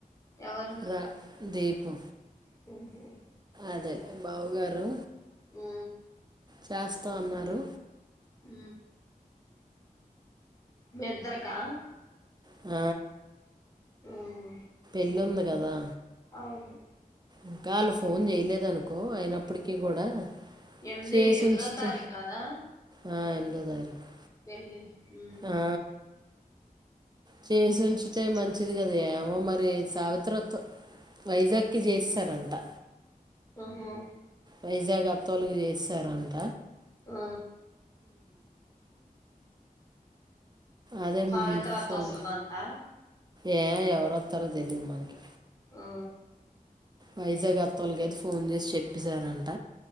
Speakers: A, on the left; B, on the right.
A: ఎవరు
B: రా దీపు
A: హ్మ్ హు
B: అదే బావుగారు
A: ఉ
B: చేస్తా ఉన్నారు
A: ఉ మీ ఇద్దరికా
B: ఆ
A: ఉహూ
B: ఇల్లుంది కదా
A: అవును
B: ఇంకా వాళ్ళు ఫోన్ చేయలేదు అనుకో అయినప్పటికీ కూడా
A: ఎమ్ది
B: చేసి
A: ఎమిధోతరికు
B: ఉంచితే
A: కాదా
B: ఆ, ఎనిమిదో తారీఖు
A: వెళ్ళి హెన్
B: ఆ చేసి ఉంచితే మంచిది కద ఏమో మ వె సావిత్రత్వ వైజాగ్కి చేస్తార అంతా
A: ఆహా
B: వైజాగ్ అత్త ఒళ్ళకి చేసేసరంట
A: ఆ
B: అదే
A: సావిత్ర
B: మ్,
A: అత్త
B: ఫోన్
A: వస్తుదంట
B: ఏ ఎవరు వస్తారో తెలిదు మనకి
A: ఆ
B: వైజాగ్ అత్త వాళకీ ఐతే ఫోన్ చేసి చెప్పసారంట